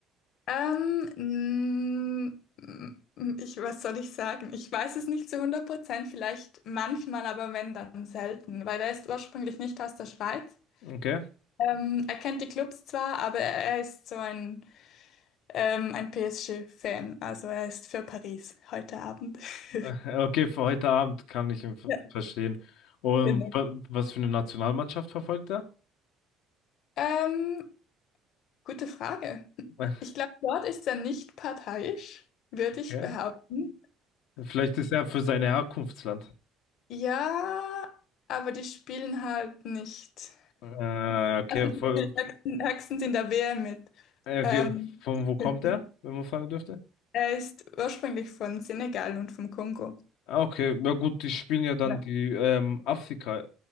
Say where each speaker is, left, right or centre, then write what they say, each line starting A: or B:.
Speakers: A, on the left; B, on the left.
A: ähm, mm, mm, ich, was soll ich sagen? Ich weiß es nicht zu hundert Prozent, vielleicht manchmal, aber wenn, dann selten, weil er ist ursprünglich nicht aus der Schweiz.
B: Okay.
A: Ähm, er kennt die Clubs zwar, aber er, er ist so ein, ähm, ein PSG-Fan. Also er ist für Paris heute Abend. <laughs>
B: <laughs> Okay, für heute Abend kann ich ihn ver-
A: Ja,
B: verstehen. Und
A: genau.
B: wa- was für eine Nationalmannschaft verfolgt er?
A: Ähm, gute Frage.
B: <laughs>
A: Ich glaube, dort ist er nicht parteiisch, würde ich
B: Okay.
A: behaupten.
B: Vielleicht ist er für sein Herkunftsland.
A: Ja, aber die spielen halt nicht.
B: Äh, okay,
A: Also die
B: von,
A: spielen höchstens, höchstens in der WM mit.
B: okay,
A: Ähm,
B: von
A: <laughs>
B: wo kommt er, wenn man fragen dürfte?
A: er ist ursprünglich von Senegal und vom Kongo.
B: Ah, okay, na gut, die spielen ja dann
A: Genau.
B: die ähm, Afrika,